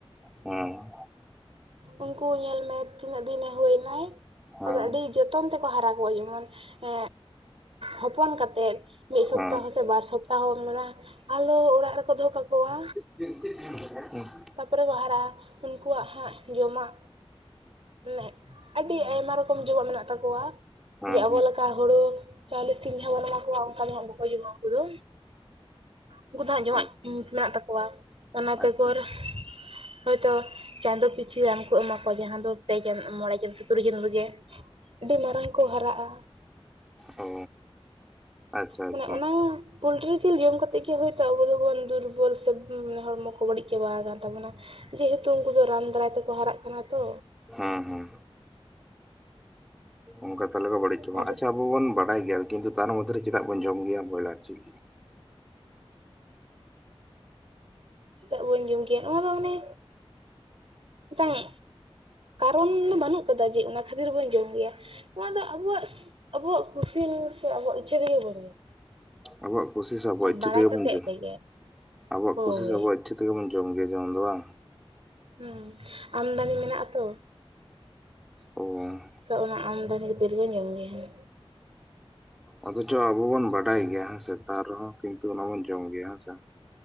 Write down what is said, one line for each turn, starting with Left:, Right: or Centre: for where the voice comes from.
Centre: ᱦᱩᱸ
Right: ᱩᱱᱠᱩ ᱧᱮᱞ ᱢᱮ ᱛᱤᱱᱟᱹᱜ ᱫᱤᱱᱮ ᱦᱩᱭᱮᱱᱟᱭ
Centre: ᱦᱮᱸ
Right: ᱛᱟᱯᱚᱨᱮ ᱟᱹᱰᱤ ᱡᱚᱛᱚᱱ ᱛᱮᱠᱚ ᱦᱟᱨᱟ ᱠᱚᱣᱟ ᱡᱮᱢᱚᱱ ᱮ ᱦᱚᱯᱚᱱ ᱠᱟᱛᱮᱫ ᱢᱤᱫ ᱥᱚᱯᱛᱟᱦᱚ
Centre: ᱦᱮᱸ
Right: ᱥᱮ ᱵᱟᱨ ᱥᱚᱯᱛᱟᱦᱚ ᱢᱮᱱᱟᱜᱼᱟ ᱟᱞᱳ ᱚᱲᱟᱜ ᱨᱮᱠᱚ ᱫᱚᱦᱚ ᱠᱟᱠᱚᱣᱟ
Centre: ᱦᱩᱸ
Right: ᱛᱟᱨᱯᱚᱨᱮ ᱠᱚ ᱦᱟᱨᱟᱜᱼᱟ᱾ᱩᱱᱠᱩᱣᱟᱜ ᱦᱟᱸᱜ ᱡᱚᱢᱟᱜ ᱢᱟᱱᱮ ᱟᱹᱰᱤ ᱟᱭᱢᱟ ᱨᱚᱠᱚᱢ ᱡᱚᱢᱟᱜ ᱢᱮᱱᱟᱜ ᱛᱟᱠᱚᱣᱟ᱾
Centre: ᱦᱮᱸ
Right: ᱡᱮ ᱟᱵᱚ
Centre: ᱦᱮᱸ
Right: ᱞᱮᱠᱟ ᱦᱩᱲᱩ ᱪᱟᱣᱞᱮ ᱥᱤᱢ ᱡᱟᱦᱟ ᱵᱚᱱ ᱮᱢᱟ ᱠᱚᱣᱟ ᱚᱱᱠᱟ ᱫᱚ ᱦᱟᱸᱜ ᱵᱟᱠᱚ ᱡᱚᱢᱟ ᱩᱱᱠᱩ ᱫᱚ ᱩᱱᱠᱩ ᱫᱚ ᱦᱟᱜ ᱡᱚᱢᱟᱜ
Centre: ᱚ
Right: ᱢᱮᱱᱟᱜ ᱛᱟᱠᱚᱣᱟ᱾ ᱚᱱᱟ ᱵᱮᱜᱚᱨ
Centre: ᱟᱪᱪᱷᱟ
Right: ᱦᱚᱭᱛᱳ ᱪᱟᱸᱫᱚ ᱯᱤᱪᱷᱤ ᱨᱟᱱ ᱠᱚ ᱮᱢᱟ ᱠᱚᱣᱟ ᱡᱟᱦᱟᱸ ᱫᱚ ᱯᱮ ᱜᱮᱞ ᱢᱚᱬᱮ ᱜᱮᱞ ᱥᱮ ᱛᱩᱨᱩᱭ ᱪᱟᱸᱫᱚ ᱨᱮᱜᱮ ᱟᱹᱰᱤ ᱢᱟᱨᱟᱝ ᱠᱚ ᱦᱟᱨᱟᱜᱼᱟ
Centre: ᱚ ᱟᱪᱪᱷᱟ
Right: ᱢᱟᱱᱮ
Centre: ᱟᱪᱪᱷᱟ
Right: ᱚᱱᱟ ᱯᱚᱞᱴᱨᱤ ᱡᱤᱞ ᱡᱚᱢ ᱠᱟᱛᱮᱜ ᱜᱮ ᱦᱳᱭᱛᱳ ᱟᱵᱚ ᱫᱚᱵᱚᱱ ᱫᱩᱨᱵᱚᱞ ᱥᱮ ᱦᱚᱲᱢᱚ ᱠᱚ ᱵᱟᱹᱲᱤᱡ ᱪᱟᱵᱟ ᱟᱠᱟᱱ ᱛᱟᱵᱚᱱᱟ᱾ ᱡᱮᱦᱮᱛᱩ ᱩᱱᱠᱩ ᱫᱚ ᱨᱟᱱ ᱫᱟᱨᱟᱭ ᱛᱮᱠᱚ ᱦᱟᱨᱟᱜ ᱠᱟᱱᱟ ᱛᱚ
Centre: ᱦᱮᱸ ᱦᱮᱸ ᱚᱱᱠᱟ ᱛᱟᱞᱟᱨᱮ ᱵᱟᱹᱲᱤᱡ ᱪᱟᱵᱟᱜ
Right: ᱟᱨ
Centre: ᱟᱪᱪᱷᱟ ᱟᱵᱚᱱ ᱵᱟᱲᱟᱭ ᱜᱮᱭᱟ ᱠᱤᱱᱛᱩ ᱛᱟᱨ ᱢᱚᱫᱽᱫᱷᱨᱮ ᱪᱮᱫᱟᱜ ᱵᱚᱱ ᱡᱚᱢ ᱜᱮᱭᱟ ᱵᱚᱭᱞᱟᱨ ᱡᱤᱞ
Right: ᱪᱮᱫᱟᱜ ᱵᱚᱱ ᱡᱚᱢ ᱠᱮᱭᱟ ᱱᱚᱣᱟ ᱫᱚ ᱢᱟᱱᱮ ᱢᱤᱫᱴᱟᱝ ᱠᱟᱨᱚᱱ ᱫᱚ ᱵᱟᱹᱱᱩᱜ ᱠᱟᱫᱟ ᱡᱮ ᱚᱱᱟ ᱠᱷᱟᱹᱛᱤᱨ ᱵᱚᱱ ᱡᱚᱢ ᱜᱮᱭᱟ ᱱᱚᱣᱟ ᱫᱚ ᱟᱵᱚᱣᱟᱜ ᱟᱵᱚᱣᱟᱜ ᱠᱩᱥᱤᱞ ᱥᱮ ᱟᱵᱚᱣᱟᱜ ᱤᱪᱪᱷᱟᱹ ᱛᱮᱜᱮ ᱵᱚᱱ ᱡᱚᱢᱟ
Centre: ᱟᱵᱚᱣᱟᱜ ᱠᱩᱥᱤ ᱥᱮ ᱟᱵᱚᱣᱟᱜ ᱤᱪᱪᱷᱟᱹ
Right: ᱵᱟᱲᱟᱭ
Centre: ᱛᱮᱜᱮ
Right: ᱠᱟᱛᱮᱜ
Centre: ᱵᱚᱱ ᱡᱚᱢ᱾
Right: ᱛᱮᱜᱮ
Centre: ᱟᱵᱚᱣᱟᱜ
Right: ᱦᱳᱭ
Centre: ᱠᱩᱥᱤ ᱥᱮ ᱟᱵᱚᱣᱟᱜ ᱤᱪᱪᱷᱟ ᱜᱮᱵᱚᱱ ᱡᱚᱢ ᱜᱮᱭᱟ ᱡᱚᱢ ᱫᱚ ᱵᱟᱝ
Right: ᱦᱩᱸ ᱟᱢᱫᱟᱱᱤ ᱢᱮᱱᱟᱜ-ᱟ ᱛᱚ
Centre: ᱚ
Right: ᱛᱚ ᱚᱱᱟ ᱟᱢᱫᱟᱱᱤ ᱠᱷᱟᱹᱛᱤᱨ ᱜᱮ ᱧᱮᱞᱚᱜ ᱜᱮᱭᱟ
Centre: ᱚᱫᱚᱪᱪᱚ ᱟᱵᱚ ᱵᱚᱱ ᱵᱟᱰᱟᱭ ᱜᱮᱭᱟ ᱦᱮᱸᱥᱮ ᱛᱟ ᱨᱮᱦᱚᱸ ᱠᱤᱱᱛᱩ ᱚᱱᱟ ᱵᱚᱱ ᱡᱚᱢ ᱜᱮᱭᱟ ᱦᱮᱸᱥᱮ